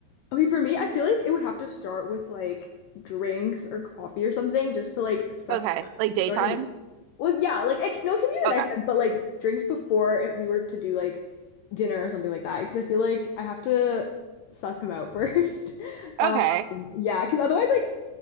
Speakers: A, on the left; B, on the right.
A: okay, for me, I feel like it would have to start with like drinks or coffee or something just to like suss
B: Okay,
A: it out.
B: like
A: You
B: daytime?
A: know what I mean? Well, yeah, like I c no, it can be
B: Okay.
A: the nighttime, but like drinks before it- we were to do like dinner or something like that, because I feel like I have to suss him out <laughs> first. Um,
B: Okay.
A: yeah, because otherwise, like